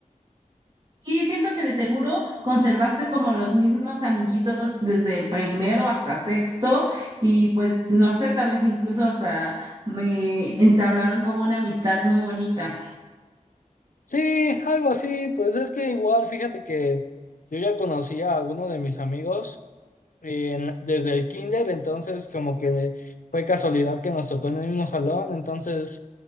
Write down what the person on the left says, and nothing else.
Sí, algo así, pues es que igual, fíjate que yo ya conocía a alguno de mis amigos en- desde el kinder, entonces como que fue casualidad que nos tocó en el mismo salón, entonces